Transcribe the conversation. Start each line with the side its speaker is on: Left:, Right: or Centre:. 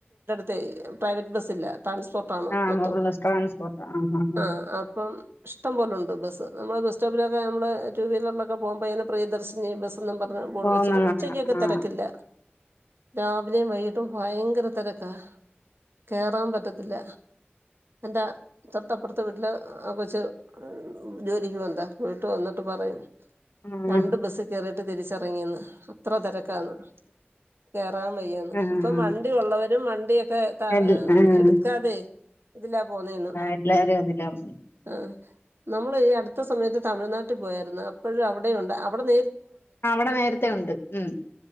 Right: ടു പ്രൈവറ്റ് ബസ് ഇല്ല ട്രാൻസ്പോർട്ടാണ്
Left: ആഹ്
Right: മൊത്തം
Left: മുകളിൽ ട്രാൻസ്പോർട്ട് ആഹ് ആഹ് ആഹ്
Right: ആ അപ്പം ഇഷ്ടംപലെുണ്ട് ബസ്സ് നമ്മൾ ബസ്റ്റോപ്പിലക്കെ നമ്മള് ടു വീറിലൊക്കെ പോകുമ്പൾതിനെ പ്രദർശിച്ച് ബസ് പറ ബോഡ
Left: പോന്ന
Right: വെച്ച വന്നു
Left: കാണാം
Right: ഉച്ചക്കൊക്കെ
Left: ആഹ്
Right: തിരക്കില്ല രാവിലെയും വൈക ഭയങ്കര തരക്ക കേറാൻ പറ്റത്തില്ല എന്റെ തൊട്ടപ്പുറത്ത് വീട്ടില് ആ കൊച്ച് ജോലിക്ക് പോവ്ന്നതാ പോയിട്ട് വന്നിട്ട് പറയും
Left: ആഹ്
Right: രണ്ട് ബസ്സ് കെറി ട്ട് തിരിച്ചറങ്ങിന്ന് അത്ര തെരക്കാന്ന് കേറാൻ വയ്യാന്ന്
Left: ആഹ്
Right: ഇപ്പം വണ്ടി ഒള്ളവര് രും വണ്ടിയൊ ട്ടെ തഹ്
Left: എൽ ആഹ്
Right: എടുക്കാതെ ഇതിലാ പോവ്‌ന്നെന്ന്
Left: എല്ലാരും അതിലാ പോകുന്നെ.
Right: ആ നമ്മള് ഈ അടുത്ത സമയത്ത് തമിഴ്നാട്ടിൽ പോയായിരുന്നു അപ്പഴ് അവിടെ ഉണ്ട് അവ്ടെന്ന്
Left: അവ്ടെ നേരത്തെ ഉണ്ട് ഉം